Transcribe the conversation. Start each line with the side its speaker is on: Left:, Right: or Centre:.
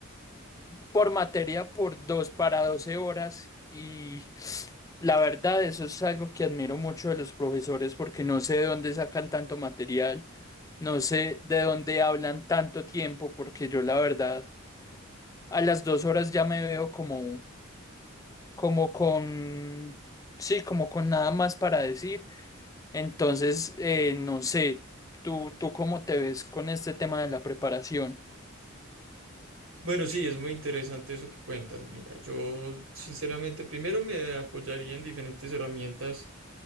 Left: por materia por 2 para doce horas y la verdad eso es algo que admiro mucho de los profesores porque no sé de dónde sacan tanto material, no sé de dónde hablan tanto tiempo porque yo la verdad a las 2 horas ya me veo como, como con, sí, como con nada más para decir, entonces eh, no sé, ¿tú, tú cómo te ves con este tema de la preparación?
Right: Bueno, sí, es muy interesante eso que cuentas. Mira, yo sinceramente primero me apoyaría en diferentes herramientas